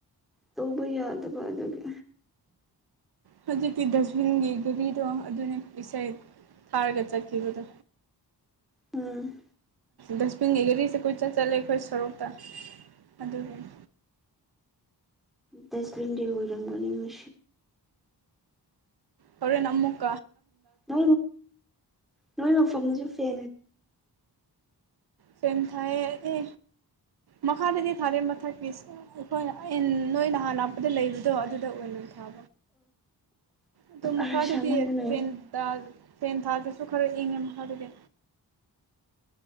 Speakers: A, in the centre; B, on the right (about 70°).
A: ꯇꯧꯕꯕꯨ ꯌꯥꯗꯕꯥꯗꯧꯒꯦ
B: ꯍꯧꯖꯤꯛꯇꯀꯤ ꯗꯁꯕꯤꯟꯒꯤ ꯒꯨꯕꯤꯗꯣ ꯑꯗꯨꯅ ꯏꯁꯩ ꯊꯥꯔꯒꯦꯠ ꯆꯀꯤꯕꯨꯗ
A: ꯎꯝ
B: ꯗꯁꯕꯤꯟꯒꯤ ꯒꯥꯔꯤꯁꯦ ꯀꯨꯣꯏ ꯆꯠ ꯆꯠꯂꯦ ꯑꯩꯈꯣꯏ ꯁꯣꯔꯣꯛꯇ ꯑꯗꯨꯒꯤꯅꯦ
A: ꯗꯁꯕꯤꯟꯗꯤ ꯑꯣꯏꯔꯪꯝꯕꯣꯅꯤ ꯃ
B: ꯍꯣꯔꯦꯟ ꯑꯃꯨꯛꯀꯥ
A: ꯅ ꯅꯣꯏ ꯃꯐꯝꯁꯨ ꯐ
B: ꯆꯦꯟ ꯊꯥꯏ ꯑꯦ ꯃꯈꯥꯗꯗꯤ ꯊꯥꯔꯦ ꯃꯊꯛꯀꯤ ꯑꯩꯈꯣꯏꯅ ꯅꯣꯏ ꯅꯍꯥꯟ ꯍꯥꯞꯄꯗ ꯂꯩꯕꯗꯣ ꯑꯗꯨꯗ ꯑꯣꯏꯅ ꯑꯗꯨꯃ
A: ꯑ
B: ꯀꯥꯗꯗꯤ
A: ꯁꯥꯃꯟꯗꯅ
B: ꯐꯗꯥ ꯁꯦꯟ ꯊꯥꯗꯨꯁꯨ ꯈꯔ ꯏꯪꯉꯦ ꯃꯈꯥꯗꯨꯗꯤ